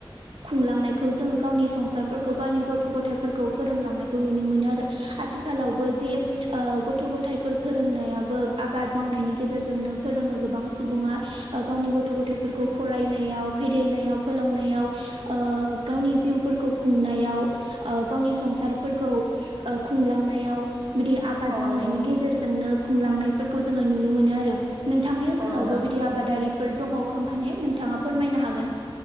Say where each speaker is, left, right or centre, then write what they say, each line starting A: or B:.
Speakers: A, on the right; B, on the right.
A: खुंलांनायखौ जोङो गावनि संसारफोरखौ गावनि गथ' गथाय थाय फोरोंलांनायखौ नुनो मोनो आरो आथिखालावबो जे ओ गथ' गथाय फोर फोरोंनायाबो आबाद मावनायनि गेजेरजोंनो फोरोङो गोबां सुबुङा। ओ गावनि गथ' गथायफोरखौ फरायनायाव फेदेरनायाव फोलावनायाव ओ गावनि जिउफोरखौ खुंनायाव ओ गावनि संसारफोरखौ खुंलांनायाव। बिदि आबाद
B: औ
A: मावनायनि
B: नंगौ
A: गेजेरजोंनो खुंलांनायफोरखौ जोङो नुनो मोनो आरो नोंथांनि ओनसोलावबो
B: औ नोंथां
A: बिदि दि आबादारिफोर दङ खोमा ने नोंथाङा फोरमायनो हागोन।